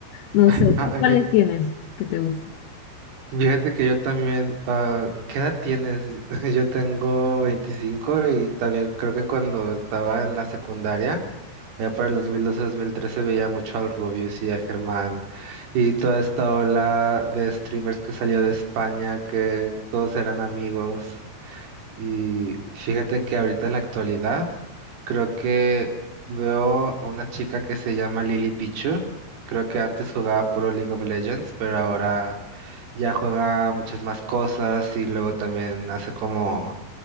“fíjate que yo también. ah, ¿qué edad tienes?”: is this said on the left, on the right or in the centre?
Right